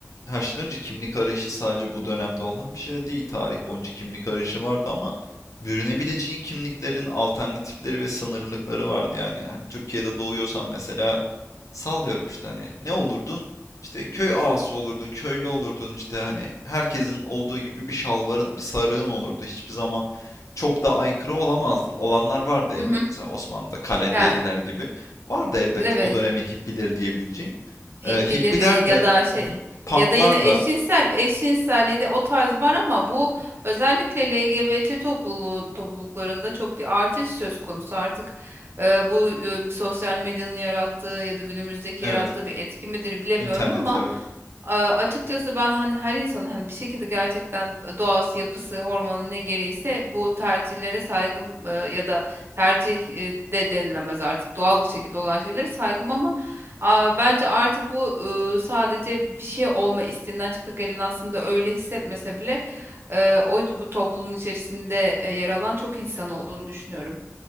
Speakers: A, on the left; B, on the right.
A: her şeyden önce kimlik arayışı sadece bu dönemde olan bir şey değil. Tarih boyunca kimlik arayışı vardı ama bürünebileceğin kimliklerin alternatifleri ve sınırlılıkları vardı. Yani hani Türkiye'de doğuyorsan mesela sallıyorum işte hani ne olurdun? İşte köy ağası olurdun, köylü olurdun işte hani herkesin olduğu gibi bir şalvarın, bir sarığın olurdu. Hiçbir zaman çok da aykırı olamazdın. Olanlar vardı elbet.
B: Hı hı.
A: Mesela Osmanlı'da kalenderiler
B: Yani
A: gibi. Vardı elbet
B: evet.
A: o dönemin hippileri diyebileceğin.
B: Hippileri
A: Ee, hippiler de
B: ya da şey
A: Hı hı. Punk'lar
B: ya da yine
A: da
B: eşcinsel eşcinselliği de o tarz var ama bu özellikle LGBT topluluğu topluluklarında çok bir artış söz konusu artık e, bu e, sosyal medyanın yarattığı ya da günümüzdeki
A: evet.
B: yarattığı bir etki midir bilemiyorum
A: internet
B: ama
A: evet.
B: A- Açıkçası ben hani her insanın hani bir şekilde gerçekten doğası, yapısı, hormonu ne gereğiyse bu tercihlere saygım e, ya da tercih e, de denilemez artık doğal bir şekilde olan şeylere saygım ama a, bence artık bu e, sadece bir şey olma isteğinden çıkagelen aslında öyle hissetmese bile e, o toplumun içerisinde e, yer alan çok insan olduğunu düşünüyorum.